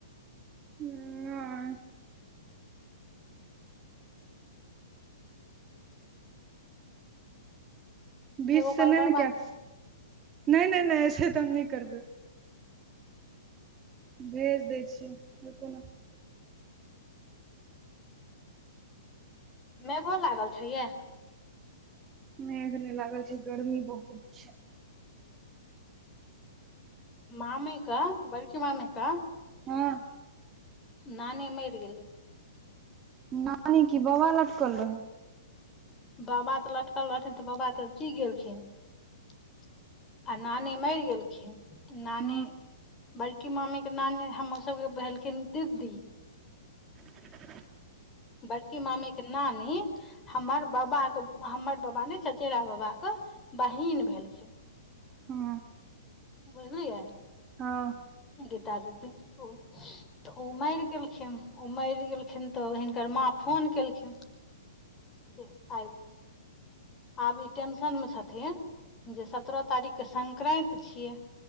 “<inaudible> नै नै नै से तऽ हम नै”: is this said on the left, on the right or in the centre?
Right